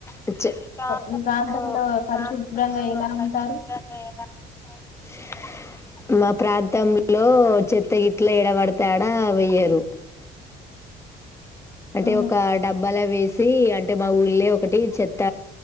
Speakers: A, on the left (about 15°); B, on the left (about 55°).
A: మీ ప్రాంతంలో
B: మీ పరిశుభ్రంగా
A: ప్రాంతంలో
B: ఎలా
A: పరిశుభ్రంగా
B: ఉంటారు
A: ఎలా ఉంటారు మా ప్రాంతంలో చెత్తగిట్ల ఏడబడితే ఆడ వెయ్యరు అంటే
B: ఆ
A: ఒక డబ్బాలా వేసి ఆ అంటే మా ఊళ్లే ఒకటి చెత్త